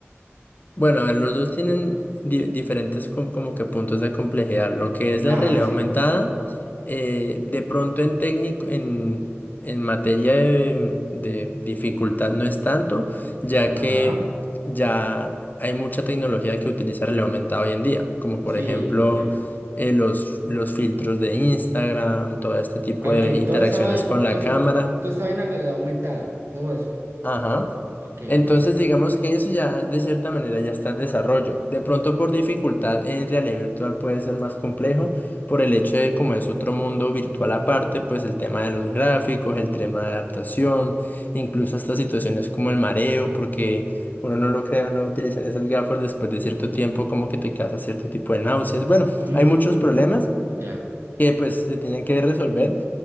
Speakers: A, on the left; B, on the right.
A: Bueno, a ver, los dos tienen di- diferentes com- como que puntos de complejidad. Lo que es
B: Ajá,
A: la realidad
B: sí,
A: aumentada, eh, de pronto en técnico, en, en materia de, de dificultad no es tanto, ya
B: ajá,
A: que ya hay mucha tecnología que utiliza realidad aumentada hoy en día, como por
B: sí,
A: ejemplo
B: ok.
A: eh, los, los filtros de Instagram, todo este tipo
B: Ah, Ok,
A: de interacciones
B: toda esa vaina,
A: con la
B: toda,
A: cámara.
B: es- toda esa vaina en realidad aumentada, todo eso.
A: Ajá.
B: Ok, listo.
A: Entonces digamos que eso ya de cierta manera ya está en desarrollo. De pronto por dificultad en realidad virtual puede ser más complejo por el hecho de como es otro mundo virtual aparte, pues el tema de los gráficos, el tema de adaptación, incluso hasta situaciones como el mareo, porque uno no lo crea, no utilizar esas gafas después de cierto tiempo como que te causa cierto tipo de náuseas. Bueno,
B: Mm,
A: hay muchos problemas
B: ya,
A: que pues se tienen que resolver.